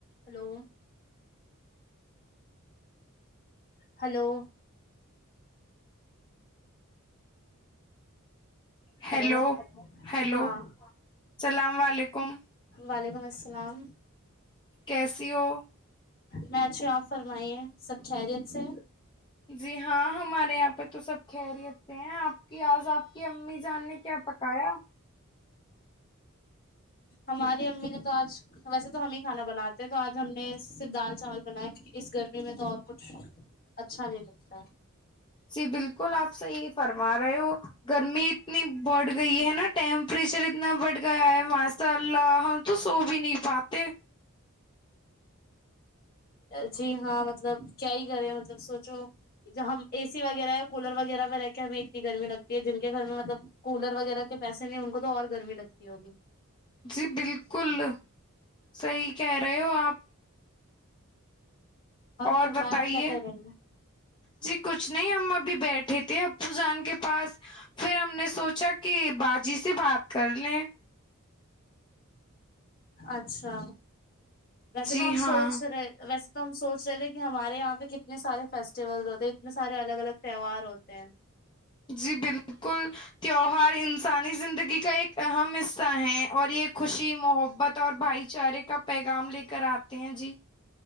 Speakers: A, on the left; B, on the left.
A: hello hello
B: hello
A: hello
B: hello
A: ہاں
B: السلام علیکم
A: وعلیکم السلام
B: کیسی ہو
A: میں اچھی ہوں آپ فرمائیے سب خیریت سے
B: جی ہاں ہمارے یہاں پہ تو سب خیریت سے ہیں آپ کی آج آپ کی امی جان نے کیا پکایا
A: ہماری امی نے تو آج ویسے تو ہم ہی کھانا بناتے ہیں تو آج ہم نے صرف دال چاول بنایا کیونکہ اس گرمی میں تو اور کچھ اچھا نہیں لگتا ہے
B: جی بالکل آپ صحیح فرما رہے ہو گرمی اتنی بڑھ گئی ہے نا ٹیمپ پریشر اتنا بٹ گیا ہے ماشاء اللہ ہم تو سو بھی نہیں پاتے
A: جی ہاں مطلب کیا ہی کریں مطلب سوچو ہم اے سی وغیرہ یا کولر وغیرہ میں رہ کے ہمیں اتنی گرمی لگتی ہے جن کے گھر میں مطلب کولر وغیرہ کے پیسے نہیں ان کو تو اور گرمی لگتی ہوگی
B: جی بالکل صحیح کہہ رہے ہو آپ اور
A: فرمایا
B: بتائیے
A: آپ کیا کر رہے ہیں
B: جی کچھ نہیں ہم ابھی بیٹھے تھے ابو جان کے پاس پھر ہم نے سوچا کہ بات جی سے بات کر لیں
A: اچھا ویسے
B: جی
A: تو ہم
B: ہاں
A: سوچ رہے ویسے تو ہم سوچ رہے تھے کہ ہمارے یہاں پہ کتنے سارے فیسٹیول ہوتے ہیں اتنے سارے الگ الگ تہوار ہوتے ہیں
B: جی بالکل تیوہار انسانی زندگی کا ایک اہم حصہ ہے اور یہ خوشی محبت اور بھائی چارے کا پیغام لے کر آتا تین جی